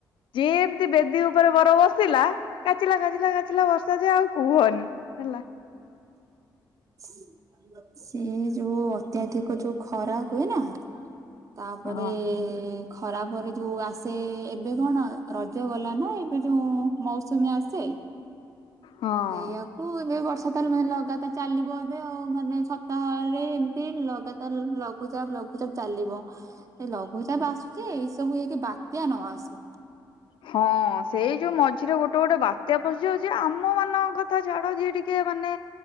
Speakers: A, on the left; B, on the right.
A: ଯେମିତି ବେଦି ଉପରେ ବର ବସିଲା କାଚିଲା କାଚିଲା କାଚିଲା ବର୍ଷା ଯେ ଆଉ କୁହନି ହେଲା।
B: ହୁଁ। ସେ ଯୋଉ ଅତ୍ୟାଧିକ ଯୋଉ ଖରା ହୁଏ ନା ତା
A: ହଁ।
B: ପରେ ଖରାପରେ ଯୋଉ ଆସେ ଏବେ କଣ ରଜ ଗଲା ନା ଏବେ ଯୋଉଁ ମୌସୁମୀ ଆସେ।
A: ହଁ।
B: ସେଇଆ କୁ ଏବେ ବର୍ଷା ତାହେଲେ ମାନେ ଲଗାତାର ଚାଲିବ ଏବେ ଆଉ ମାନେ ସପ୍ତାହରେ ଏମିତି ଲଗା ତାର ଲଘୁଚାପ ଲଘୁଚାପ ଚାଲିବ। ଏ ଲଘୁଚାପ ଆସୁ ଯେ ଏଇ ସବୁ ହେଇକି ବାତ୍ୟା ନ ଆସୁ।
A: ହଁ ସେଇ ଯୋଉ ମଝିରେ ଗୋଟେ ଗୋଟେ ବାତ୍ୟା ପଶିଯାଉଛି ଆମ ମାନଙ୍କ କଥା ଛାଡ ଯିଏ ଟି କେ ମାନେ